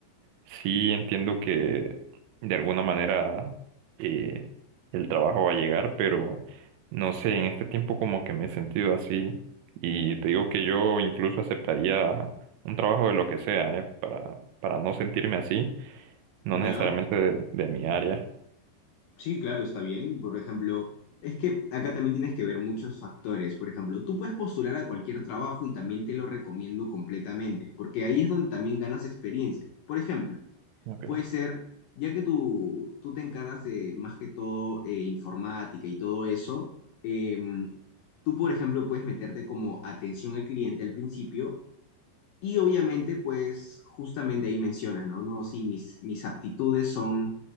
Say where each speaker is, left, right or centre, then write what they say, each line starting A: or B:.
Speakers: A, on the right; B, on the left.
A: Sí, entiendo que de alguna manera eh, el trabajo va a llegar, pero no sé, en este tiempo como que me he sentido así y te digo que yo incluso aceptaría un trabajo de lo que sea, eh, para, para no sentirme así, no
B: Ya,
A: necesariamente de, de mi área.
B: sí, claro, está bien. Por ejemplo, es que acá también tienes que ver muchos factores. Por ejemplo, tú puedes postular a cualquier trabajo y también te lo recomiendo completamente, porque ahí es donde también ganas experiencia. Por ejemplo,
A: Ok,
B: puede ser, ya que tú, tú te encargas de más que todo eh, informática y todo eso, em, tú, por ejemplo, puedes meterte como atención al cliente al principio Y obviamente, pues justamente ahí mencionas, ¿no? No, sí, mis, mis aptitudes son